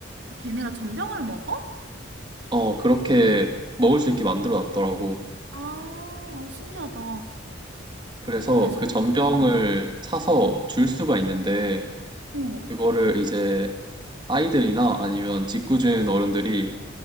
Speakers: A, on the right (about 60°); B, on the right (about 25°).
A: 아, 걔네가 전병을 먹어?
B: 어, 그렇게 먹을 수 있게 만들어 놨더라고.
A: 아, 어, 신기하다.
B: 그래서
A: 그래서?
B: 그 전병을
A: 응.
B: 사서 줄 수가 있는데,
A: 어.
B: 그거를 이제 아이들이나 아니면 짓궂은 어른들이